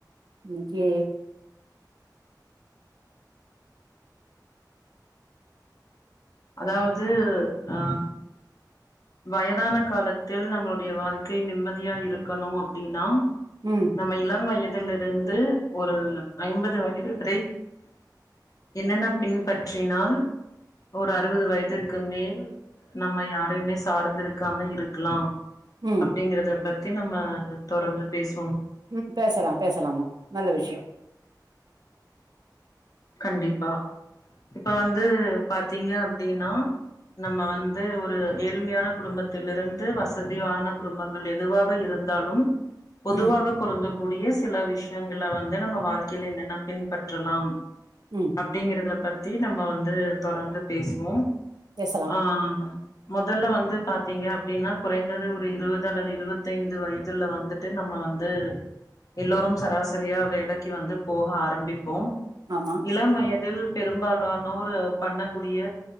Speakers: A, on the right (about 65°); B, on the left (about 50°).
A: இன்னைக்கி
B: அதாவது ஆ வயதான காலத்தில் நம்மளுடைய வாழ்க்கை நிம்மதியா இருக்கணு அப்டினா
A: ம்
B: நம்ம இளமை எப் தில் இருந்து ஒரு ஐம்பது வயது வரை என்னென்ன பின்பற்றினால் ஒரு அறுபது வயதிற்கு மேல் நம்ம யாரையுமே சார்ந்திருக்காம இருக்லா
A: ம்
B: அப்டிங்கறத பத் தி நம்ம தொடர்ந்து பேஸ்
A: ம் பேசலா பேசலாமா நல்ல விஷய
B: கண்டிப்பா இப்ப வந்து பாத்தீங்க அப்படின்னா நம்ம வந்து ஒரு ஏழ்மையான குடும்பத்திலிருந்து வசதியான குடும்பங்கள் எதுவாக இருந்தாலும் பொதுவாக
A: ம்
B: பொருந்து கூடிய சில விஷயங்கள வந்து நம்ம வாழ்க்கையில என்னென்ன பின்பற்றலாம்
A: ம்
B: அப்டிங்கறத பத் தி நம்ம வந்து தொடர்ந்து பேஸ்வோ
A: பேசலாம்
B: ஆ மொதல்ல வந்து பாத்தீங்க அப்டின்னா குறைந்தது ஒரு இருபது அல்லது இருவத்தைந்து வயதுல வந்துட்டு நம்ம வந்து எல்லோரும் சராசரியா வேலைக்கு வந்து போக ஆரம்பிப்போ
A: ஆமா
B: இளம் வயதில் பெரும்பாலானோர் பண்ணக்கூடிய